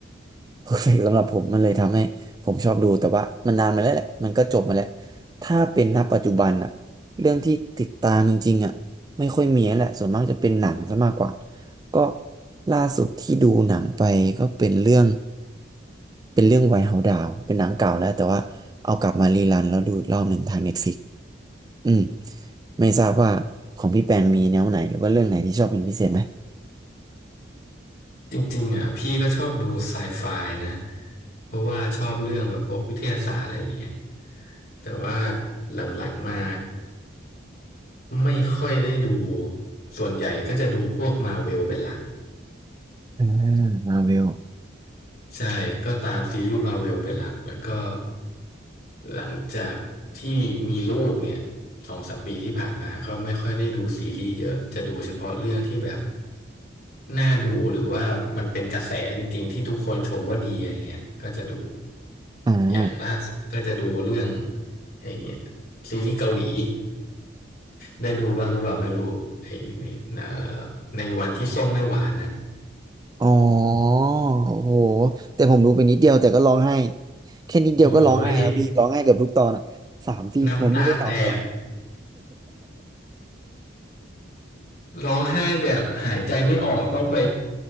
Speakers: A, on the right (about 20°); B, on the left (about 50°).
A: เพอร์เฟกต์สำหรับผมมันเลยทำให้ผมชอบดูแต่ว่ามันนานมาแล้วแหละมันก็จบมาแล้วถ้าเป็นณปัจจุบันอะเรื่องที่ติดตามจริงๆอะไม่ค่อยมีแล้วแหละส่วนมากจะเป็นหนังซะมากกว่าก็ล่าสุดที่ดูหนังไปก็เป็นเรื่องเป็นเรื่องไวท์เฮาส์ดาวเป็นหนังเก่าแล้วแต่ว่าเอากลับมารีรันแล้วดูอีกรอบหนึ่งทางเน็ตฟลิกอืมไม่ทราบว่าของพี่แปนมีแนวไหนหรือว่าเรื่องไหนที่ชอบเป็นพิเศษไหม
B: จริงๆอ่ะพี่ก็ชอบดูไซไฟนะเพราะว่าชอบเรื่องแบบพวกวิทยาศาสตร์อะไรอย่างเงี้ยแต่ว่าหลังๆมาไม่ค่อยได้ดูส่วนใหญ่ก็จะดูพวกมาเวลเป็นหลัก
A: อ่ามาเวล
B: ใช่ก็ตามซีรีส์มาเวลเป็นหลักแล้วก็หลังจากที่มีลูกเนี่ยสองสามปีที่ผ่านมาก็ไม่ค่อยได้ดูซีรีส์เยอะจะดูเฉพาะเรื่องที่แบบ น่าดูหรือว่ามันเป็นกระแสจริงๆที่ทุกคนชมว่าดีอะไรเงี้ยก็จะดู
A: อ่า
B: อย่างล่าสุดก็จะดูเรื่องไอ้เนี่ยซีรีส์เกาหลีได้ดูบ้างหรือเปล่าไม่รู้ไอ้เนี่ยเอ่อในวันที่ส้มไม่หวานน่ะ
A: อ๋อโอ้โหแต่ผมดูไปนิดเดียวแต่ก็ร้องไห้แค่นิดเดียวก็ร้องไห้แล้วพี่ร้องไห้เกือบทุกตอนอ่ะสามสี่ผมดูไปสามตอน
B: โอ้ยน้ำตาแตก
A: <laughs>
B: ร้องไห้แบบหายใจไม่ออกต้องไป